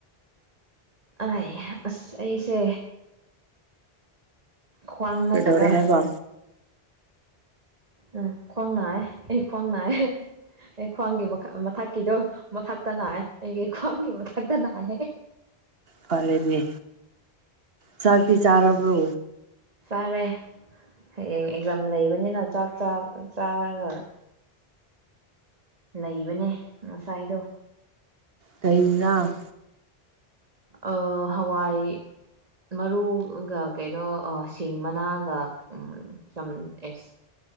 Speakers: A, on the right; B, on the right.
A: ꯑꯥꯏꯌꯦ ꯑꯁ ꯑꯩꯁꯦ ꯈ꯭ꯋꯥꯡ ꯅꯠꯇꯕ
B: ꯀꯩꯗꯧꯔꯦ ꯍꯥꯏꯕ
A: ꯎ ꯈ꯭ꯋꯥꯡ ꯅꯥꯏꯑꯦ ꯑꯦ ꯈ꯭ꯋꯥꯡ ꯅꯥꯏꯑꯦ ꯑꯦ ꯈ꯭ꯋꯥꯡꯒꯤ ꯃꯈꯥ ꯃꯊꯛꯀꯤꯗꯣ ꯃꯊꯛꯇ ꯅꯥꯢ ꯑꯩꯒꯤ ꯈ꯭ꯋꯥꯡꯒꯤ ꯃꯊꯛꯇ ꯅꯥꯏꯌꯦ
B: ꯐꯔꯦꯅꯦ ꯆꯥꯛꯇꯤ ꯆꯥꯔꯕ꯭ꯔꯣ
A: ꯆꯥꯔꯦ ꯍꯌꯦꯡ ꯑꯦꯛꯖꯥꯝ ꯂꯩꯕꯅꯤꯅ ꯆꯥꯛ ꯆꯥꯔꯒ ꯂꯩꯕꯅꯦ ꯉꯁꯥꯏꯗꯣ
B: ꯀꯩ ꯌꯦꯟꯁꯥꯡ
A: ꯑꯥ ꯍꯋꯥꯏ ꯃꯔꯨꯒ ꯀꯩꯅꯣ ꯁꯤꯡ ꯃꯅꯥꯒ ꯁꯝ ꯑꯦꯁ <inaudible>